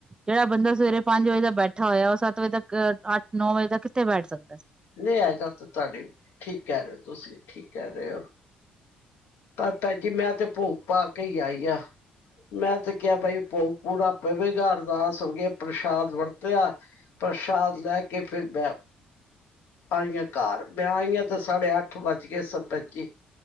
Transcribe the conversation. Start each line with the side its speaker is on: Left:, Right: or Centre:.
Right: ਜਿਹੜਾ ਬੰਦਾ ਸਵੇਰੇ ਪੰਜ ਵਜੇ ਦਾ ਬੈਠਾ ਹੋਇਆ। ਉਹ ਸੱਤ ਵਜੇ ਤੱਕ ਅੱਠ -ਨੌ ਵਜੇ ਤੱਕ ਕਿੱਥੇ ਬੈਠ ਸਕਦਾ ਸੀ।
Left: ਨਹੀਂ ਅ ਗੱਲ ਤਾਂ ਤੁਹਾਡੀ ਠੀਕ ਕਹਿ ਰਹੇ ਹੋ, ਤੁਸੀਂ ਠੀਕ ਕਹਿ ਰਹੇ ਹੋ। ਪਰ ਭੈਣਜੀ ਮੈਂ ਤੇ ਭੋਗ ਪਾ ਕੇ ਹੀ ਆਈ ਆ। ਮੈਂ ਤੇ ਕਿਹਾ -ਬਾਈ ਭੋਗ ਪੂਰਾ ਪਵੇਗਾ, ਅਰਦਾਸ ਹੋ ਗਿਆ। ਪ੍ਰਸ਼ਾਦ ਵਰਤਿਆ ਪ੍ਰਸ਼ਾਦ ਲੈ ਕੇ ਫਿਰ ਬੈਂ ਆਈਆਂ। ਘਰ ਵੀ ਆਈਆਂ ਤੇ ਸਾਡੇ ਅੱਠ ਵੱਜ ਗਏ ਸਨ ਭੈਣਜੀ